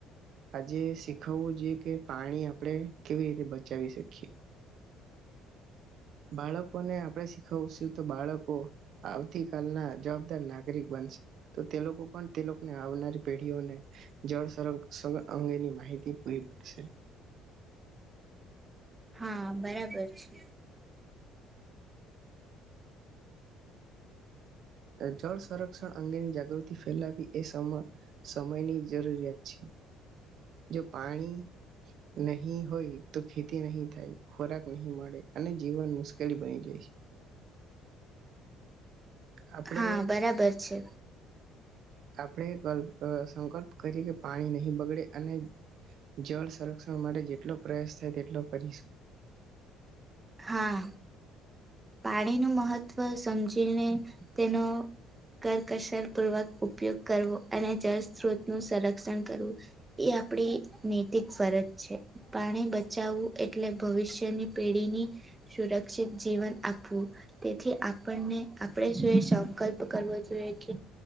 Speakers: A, on the right; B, on the right.
A: આજે શીખવવું જોઈએ કે પાણી આપણે કેવી રીતે બચાવી શકીએ બાળકોને આપણે શીખવશું તો બાળકો આવતી કલના જવાબદાર નાગરિક બનશે તો તે લોકો પણ તે લોકોને આવનારી પેઢીઓને જળ સં અંગેની માહિતી પૂરી પડશે
B: હા બરાબર છે
A: જળ સંરક્ષણ અંગેની જાગૃતિ ફેલાવી એ સમ સમયની જરૂરિયાત છે જો પાણી નહી હોય તો ખેતી નહીં થાય ખોરાક નહી મળે અને જીવન મુશ્કેલી બની જાય આપણે
B: હા બરાબર છે
A: આપણે સંકલ્પ કરીએ કે પાણી નહીં બગડે અને જળ સંરક્ષણ માટે જેટલો પ્રયાસ થાય તેટલો કરીશ
B: હા પાણીનું મહત્વ સમજીને તેનો કરકસરપૂર્વક ઉપયોગ કરવો અને જળ સ્ત્રોતનુંું સંરક્ષણ કરવું એ આપણી નૈતિક ફરજ છે પાણી બચાવવું એટલે ભવિષ્યની પેઢીની સુરક્ષિત જીવન આપવું આપું તેથી આપણને આપણે શું એ સંકલ્પ કરવો જોઈએ કે